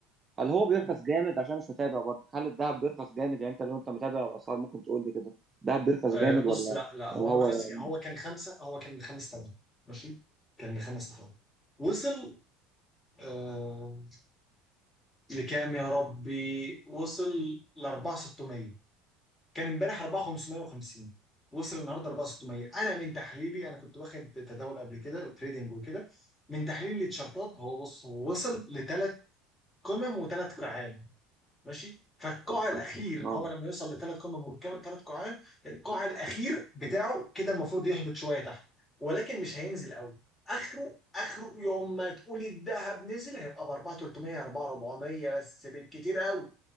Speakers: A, on the right; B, on the left.
A: هل هو بيرخص جامد عشان مش متابع برضه هل الذهب بيرخص جامد يعني انت لو انت متابع الاسعار ممكن تقول لي كده الذهب بيرخص
B: آه،
A: جامد
B: بص
A: ولا
B: لا لا
A: ولا
B: هو
A: هو
B: ما رخصش يعني هو كان خمسة هو كان خمس تمام ماشي كان لخمس تمام وصل آه لكام يا ربي وصل ل 4600 كان امبارح 4550 وصل النهارده 4600 انا من تحليلي انا كنت واخد تداول قبل كده وتريدنج وكده من تحليل التيشيرتات هو بص هو وصل لثلاث قمم وثلاث قاعات ماشي فالقاع الاخير
A: اه
B: هو لما يوصل لثلاث قمم والكم ثلاث قاعات القاع الاخير بتاعه كده المفروض يهبط شويه تحت ولكن مش هينزل قوي اخره اخره يوم ما تقولي الذهب نزل هيبقى ب 4300 4400 بس بالكتير قوي